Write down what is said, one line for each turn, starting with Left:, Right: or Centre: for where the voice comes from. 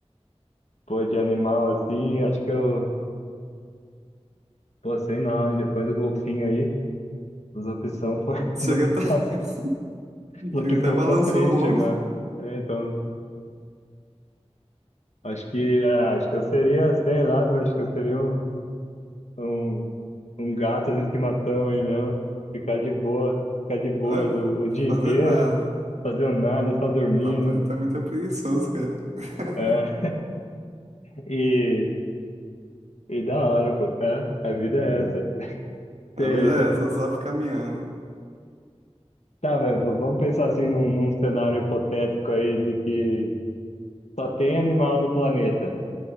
Left: Pô, de animal assim, acho que eu. Pô, sei não, hein? Depois do golfinho aí, as opções foram.
Right: Chega
Left: <laughs>
Right: até, <laughs>
Left: A
Right: chega
Left: pessoa
Right: até balançou
Left: ficou triste
Right: o homem.
Left: agora. É, então, acho que, é, acho que eu seria, sei lá, viu, acho que eu seria um, um, um gato de estimação aí mesmo. Ficar de boa, ficar de boas
Right: Olha,
Left: o, o dia
Right: fazer
Left: inteiro,
Right: nada.
Left: fazendo nada, só dormindo.
Right: Papai tá muito preguiçoso, cara. <laughs>
Left: É, <laughs> e, e da hora, pô. É, a vida é essa.
Right: A
Left: Cê,
Right: vida
Left: cê-
Right: é essa, só ficar miando.
Left: tá, mas v- vamos pensar assim num, num cenário hipotético aí de que só tem animal no planeta.